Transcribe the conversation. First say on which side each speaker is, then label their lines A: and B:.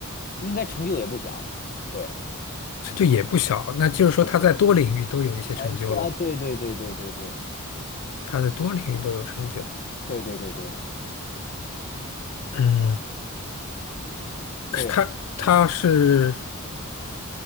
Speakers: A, on the left (about 40°); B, on the left (about 85°).
A: 应该成就也不小，对。
B: 成就也不小，那就是说他在多领域都有一些成就咯。
A: 对对。啊，对啊，对对对对对对
B: 他在多领域都有成就。
A: 对对对对
B: 嗯，是他他是
A: 对，